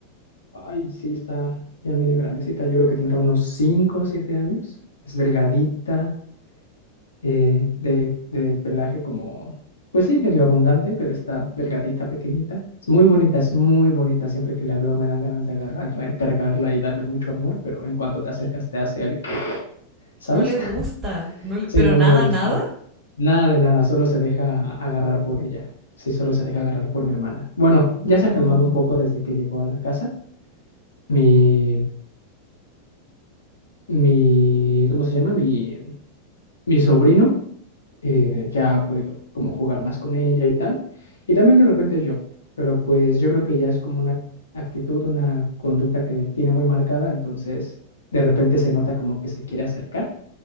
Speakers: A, on the left (about 70°); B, on the right (about 20°).
A: ay, sí, está ya medio grandecita, yo creo que tendrá unos 5 o 7 años, es delgadita eh, de, de pelaje como, pues sí, medio abundante, pero está delgadita, pequeñita. Es muy bonita, es muy bonita. Siempre que la veo me dan ganas de agarrarla y cargarla y darle mucho amor, pero en cuanto te acercas te hace el, <clears throat> ¿sabes?
B: No le gusta,
A: <laughs>
B: no le-
A: Sí,
B: pero
A: no,
B: nada,
A: no le gusta.
B: nada.
A: Nada de nada, solo se deja agarrar por ella. Sí, solo se deja agarrar por mi hermana. Bueno,
B: No.
A: ya se ha calmado un poco desde que llegó a la casa. Mi, mi, ¿cómo se llama? Mi, mi sobrino eh, ya ha podido como jugar más con ella y tal. Y también de repente yo, pero pues yo creo que ya es como una actitud, una conducta que tiene muy marcada, entonces de repente se nota como que se quiere acercar,